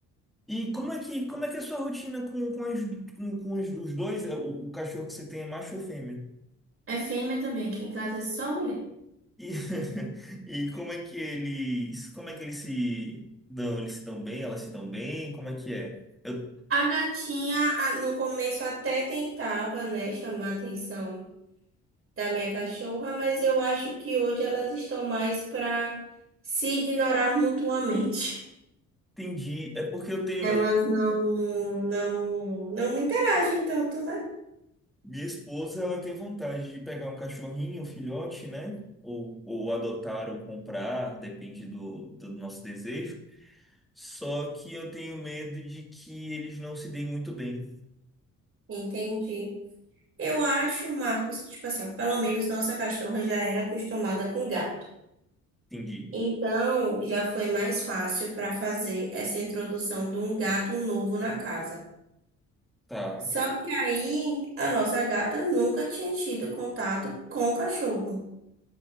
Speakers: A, in the centre; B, on the right.
A: E como é que, como é que é a sua rotina com, com, as, com, com os, os dois, é, o, o cachorro que você tem é macho ou fêmea?
B: É fêmea também, aqui em casa é só mulher.
A: E, <laughs> e como é que eles, como é que eles se dão? Eles se dão bem? Elas se dão bem? Como é que é? Eu
B: A gatinha, a- no começo até tentava, né, chamar a atenção da minha cachorra, mas eu acho que hoje elas estão mais para se ignorar mutuamente.
A: entendi, é porque eu tenho,
B: Elas
A: eu-
B: não, não, não interagem tanto, né?
A: minha esposa, ela tem vontade de pegar um cachorrinho, um filhote, né? Ou, ou adotar ou comprar, depende do, do nosso desejo. Só que eu tenho medo de que eles não se deem muito bem.
B: Entendi. Eu acho, Marcos, que, tipo assim, ó, pelo menos nossa cachorra já era acostumada com gato.
A: Entendi.
B: Então, já foi mais fácil para fazer essa introdução de um gato novo na casa.
A: Tá.
B: Só que aí a nossa gata nunca tinha tido contato com o cachorro.